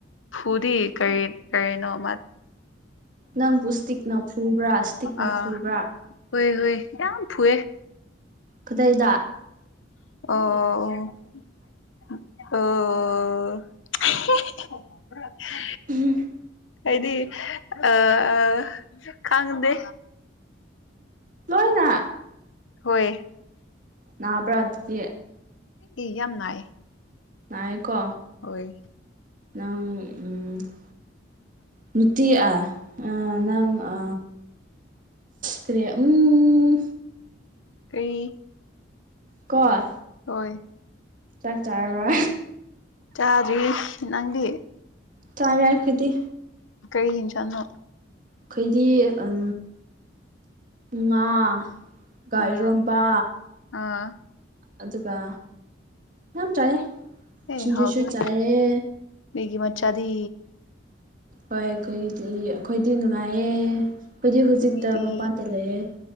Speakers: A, on the left (about 85°); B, on the right (about 45°).
A: ꯐꯨꯗꯤ ꯀꯔꯤ ꯀꯔꯤꯅꯣꯃ
B: ꯅꯪꯕꯨ ꯏꯁꯇꯤꯛꯅ ꯐꯨꯕ꯭ꯔꯥ ꯏꯁꯇꯤꯛꯅ
A: ꯑꯥ
B: ꯐꯨꯕ꯭ꯔꯥ
A: ꯍꯣꯏ ꯍꯣꯏ ꯌꯥꯝ ꯐꯨꯑꯦ
B: ꯈꯨꯗꯥꯏꯗ
A: ꯑꯣ ꯑꯣ ꯑꯣ <unintelligible>
B: <unintelligible>
A: ꯑꯩꯗꯤ ꯑ ꯑ ꯈꯥꯡꯗꯦ
B: ꯂꯣꯏꯅ
A: ꯍꯣꯏ
B: ꯅꯥꯕꯔꯥ ꯑꯗꯨꯇꯤ
A: ꯃꯤ ꯌꯥꯝ ꯅꯥꯏꯌꯦ
B: ꯅꯥꯏꯌꯦꯀꯣ
A: ꯍꯣꯏ
B: ꯅꯪ <unintelligible> ꯅꯨꯇꯤ ꯑ ꯑ ꯅꯪ ꯑ ꯀꯔꯤ ꯎꯝ
A: ꯀꯩ
B: ꯀꫭ
A: ꯍꯣꯏ
B: ꯆꯥꯛ ꯆꯥꯔꯕ꯭ꯔꯥ
A: ꯆꯥꯗ꯭ꯔꯤ ꯅꯪꯗꯤ
B: ꯆꯥꯔꯦ ꯑꯩꯈꯣꯏꯗꯤ
A: ꯀꯩꯒꯤꯅ ꯆꯅꯣ
B: ꯈꯩꯗꯤ ꯎꯝ ꯉꯥ ꯒꯥꯏꯔꯣꯝꯕ
A: ꯎꯝ ꯑꯥ
B: ꯑꯗꯨꯒ ꯌꯥꯝ ꯆꯥꯏꯌꯦ
A: ꯑꯦ
B: ꯁꯤꯡꯖꯨꯁꯨ
A: ꯍꯅꯦ
B: ꯆꯥꯏꯌꯦ
A: ꯒ ꯃꯆꯥꯗꯤ
B: ꯍꯣꯏ ꯑꯩꯈꯣꯏ ꯑꯩꯈꯣꯏꯗꯤ ꯅꯨꯡꯉꯥꯏꯌꯦ ꯑꯩꯈꯣꯏꯗꯤ ꯍꯧꯖꯤꯛꯇ
A: ꯃꯤꯗꯤ
B: ꯃꯄꯥꯟꯗ ꯂꯩꯌꯦꯦ